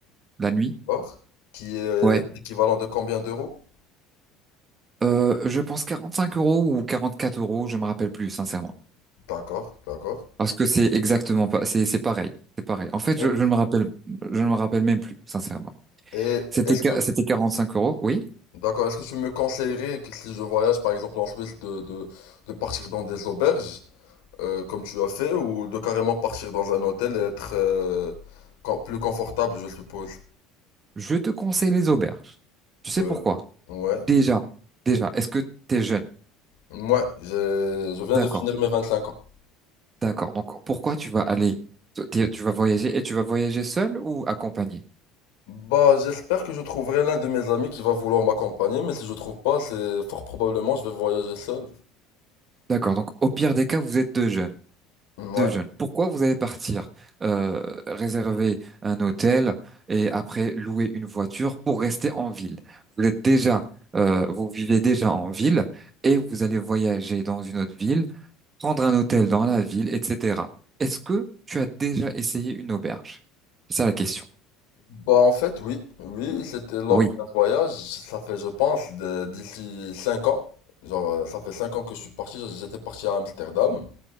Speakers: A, on the right; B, on the left.
A: la nuit.
B: D'accord. Qui est
A: Ouais.
B: l'équivalent de combien d'euros?
A: Euh, je pense 45 euros ou 44 euros, je me rappelle plus, sincèrement.
B: D'accord, d'accord.
A: Parce que c'est exactement pas, c'est c'est pareil, c'est pareil. En fait,
B: Et,
A: je, je ne me rappelle, je ne me rappelle même plus, sincèrement.
B: et
A: C'était
B: est-ce
A: qua-
B: que,
A: c'était 45 euros, oui.
B: d'accord, est-ce que tu me conseillerais que si je voyage par exemple en Suisse de, de, de partir dans des auberges, euh, comme tu as fait, ou de carrément partir dans un hôtel et être euh, com- plus confortable, je suppose?
A: Je te conseille les auberges. Tu sais
B: Euh,
A: pourquoi?
B: ouais.
A: Déjà, déjà, est-ce que tu es jeune?
B: Moi, j'ai- je viens
A: D'accord,
B: de finir mes 25 ans.
A: d'accord. Donc pourquoi tu vas aller, t'es- tu vas voyager et tu vas voyager seul ou accompagné?
B: Bah, j'espère que je trouverai l'un de mes amis qui va vouloir m'accompagner, mais si je trouve pas, c'est fort probablement je vais voyager seul.
A: D'accord. Donc, au pire des cas, vous êtes deux jeunes.
B: Ouais.
A: Deux jeunes. Pourquoi vous allez partir euh, réserver un hôtel et après louer une voiture pour rester en ville? Vous êtes déjà, euh, vous vivez déjà en ville et vous allez voyager dans une autre ville, prendre un hôtel dans la ville, etc. Est-ce que tu as déjà essayé une auberge? C'est ça la question.
B: Bah, en fait, oui, oui, c'était lors
A: Oui.
B: d'un voyage, ça fait, je pense, de- d'ici 5 ans. Genre, euh, ça fait 5 ans que je suis parti, j'étais parti à Amsterdam.